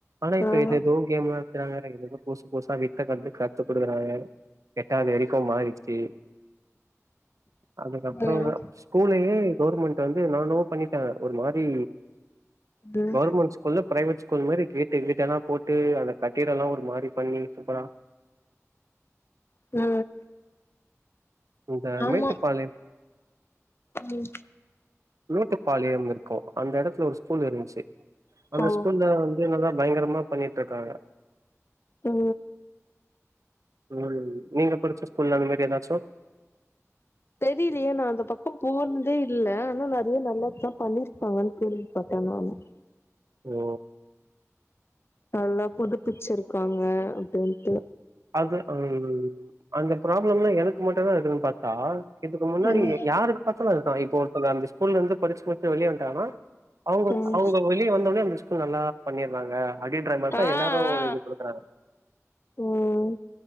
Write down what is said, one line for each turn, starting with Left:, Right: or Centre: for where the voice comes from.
Right: ஆனா இப்ப
Left: ம்
Right: ஏதேதோ கேம்ல நடத்துறாங்க எதோ ஏதோ புதுசு புதுசா வித்த கத்து கத்து குடுக்குறாங்க அது அதுக்கோ மாறிறுச்சு அதுக்கப்பறோ
Left: ம்
Right: ஒரு ஸ்கூலயே கவர்மெண்ட் வந்து நானோ பண்ணிருக்காங்க ஒரு மாரி
Left: ம்
Right: கவர்மெண்ட்ஸ் குள்ள பிரைவேட் ஸ்கூல் மாரி கேட்டு வீட்டு எல்லா போட்டு அந்த கட்டிடோலா ஒரு மாரி பண்ணி சூப்பரா
Left: ம்
Right: இந்த
Left: ஆமா
Right: மேட்டுப்பாளையம்
Left: ம்
Right: நூட்டுப்பாளையம் இருக்கும் அந்த எடத்துல ஒரு ஸ்கூல் இருந்துச்சி அந்த
Left: ஓ
Right: ஸ்கூல்ல வந்து நல்லா பயங்கரமா பண்ணிட்டு இருக்காங்க
Left: ஓ
Right: ஒரு நீங்க படிச்ச ஸ்கூல்ல அந்த மாரி ஏதாச்சும்
Left: தெரியலயே நான் அந்த பக்கம் போனதே இல்ல ஆனா நெறைய நல்லதுதான் பண்ணிருப்பாங்கன்னு கேள்விப்பட்டே நானும்
Right: ஓ
Left: நல்லா புதுப்பிச்சிருக்காங்க அப்டின்ட்டு
Right: அது ம் அந்த ப்ராப்ளம்லாம் எனக்கு மட்டும்தா இருக்குனு பாத்தா இதுக்கு முன்னாடி
Left: ம்
Right: யாருக்கு பாத்தாலும் அதுதா இப்போ ஒருத்தங்க அந்த ஸ்கூல்ல இருந்து படிச்சி முடிச்சி வெளிய வந்தாலும் அவுங்க
Left: ம்
Right: அவுங்க வெளியே வந்த உனே அந்த ஸ்கூல் நல்லா பண்ணிறாங்க அப்டின்ற மாரிதா
Left: ஆ
Right: எல்லாரும்
Left: ஆ
Right: இது குடுக்கறாங்க
Left: ம்